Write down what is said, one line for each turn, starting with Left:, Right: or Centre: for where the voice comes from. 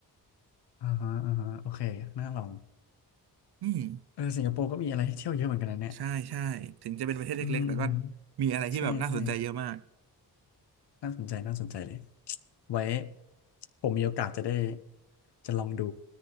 Left: อ่าฮะอ่าฮะโอเคน่าลอง
Right: อืม
Left: เออสิงคโปร์ก็มีอะไรให้เที่ยวเยอะเหมือนกันนะเนี่ย
Right: ใช่ใช่ถึงจะเป็นประเทศเล็กๆแต่ก็
Left: อืมอืม
Right: มีอะไรที่แบบน่าสนใจเยอะมาก
Left: ใช่ใช่น่าสนใจน่าสนใจเลยไว้ผมมีโอกาสจะได้จะลองดู